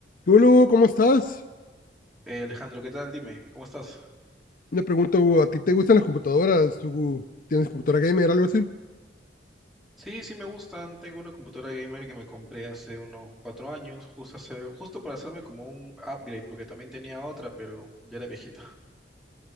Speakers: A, on the left; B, in the centre.
A: Hola, ¿cómo estás?
B: Eh, Alejandro, ¿qué tal? Dime, ¿cómo estás?
A: Una pregunta, Hugo. ¿A ti te gustan las computadoras? ¿Tú tienes computadora gamer, algo así?
B: Sí, sí me gustan. Tengo una computadora gamer que me compré hace unos cuatro años, justo, hace- justo para hacerme como un upgrade, porque también tenía otra, pero ya era viejita.